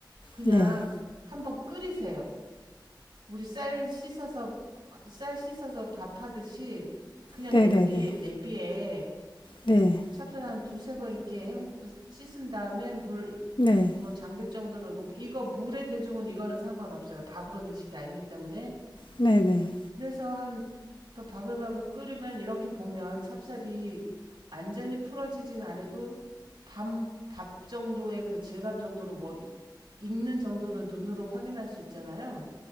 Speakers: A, on the right; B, on the left.
A: 그냥
B: 네,
A: 한번 끓이세요. 우리 쌀 씻어서 쌀 씻어서 밥하듯이 그냥
B: 네,
A: 냄비에
B: 네, 네,
A: 냄비에
B: 네.
A: 찹쌀 한 두세 번 이렇게 헹- 씻은 다음에 물
B: 네,
A: 뭐 잠길 정도로 놓고 이거 물에 대중은 이거는 상관없어요. 밥으로 드실 게 아니기 때문에
B: 네, 네,
A: 그래서 한 그러니까 바글바글 끓으면 이렇게 보면 찹쌀이 완전히 풀어지진 않아도 밥, 밥 정도의 그 질감 정도로 뭐 이- 익는 정도는 눈으로 확인할 수 있잖아요.